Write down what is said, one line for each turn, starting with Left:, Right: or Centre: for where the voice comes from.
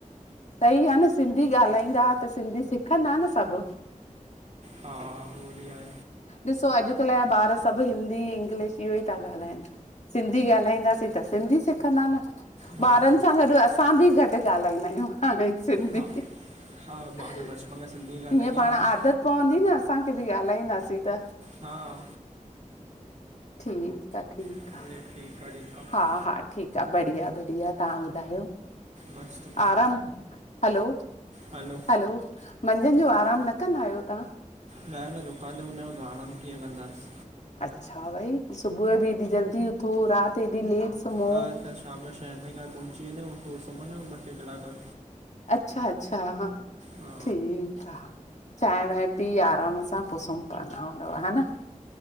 Left: सही आ न सिंधी ॻाल्हाईंदा त सिंधी सिखंदा न सभ
Right: हा आ आ उहो बि आहे।
Left: ॾिसो अॼुकल्ह जा ॿार सभु हिंदी इंग्लिश इहो ई ता ॻाल्हाइनि। सिंधी ॻाल्हाईंदासीं त सिंधी सिखंदा न
Right: हा
Left: ॿारनि सां गॾु असां बि घट ॻाल्हाईंदा आहियूं। हाणे सिंधी
Right: हा हा मां
Left: <inaudible>
Right: त बचपन खां सिंधी ॻाल्हाई
Left: हीअं पाण
Right: आहे
Left: आदत पवंदी न असांखे बि ॻाल्हाईंदासीं त
Right: हां
Left: ठीकु आ ठीकु
Right: हले
Left: आ
Right: ठीकु आहे ठीकु आहे
Left: हा हा ठीक बढ़िया बढ़िया तहां ॿुधायो
Right: मस्तु
Left: आराम हलो
Right: हेलो
Left: हेलो मंझन जो आरामु न कंदा आहियो तहां?
Right: छा ऐं न दुकान ते हुंदा आहयूं त आराम कीअं कंदास?
Left: अच्छा भई सुबुह बि एॾी जल्दी उथो राति एॾी लेट सुम्हो
Right: हा त शाम जो छहे ताइ घर पहुची वेंदाआहयूं पो सुमंदा आहयूं ब टे कलाक
Left: अचछा अच्छा ह
Right: हा
Left: ठीकु आ चांय वांय पी आराम सां पोइ सुम पवंदा हूंदव हा न